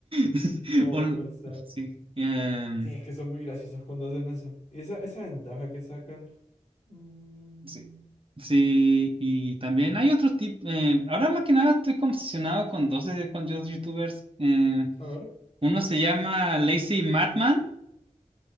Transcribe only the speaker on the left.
No
puede ser.
Sí, es que son muy graciosos cuando hacen eso. ¿Y esa, esa ventaja que sacan? Mm,
a ver.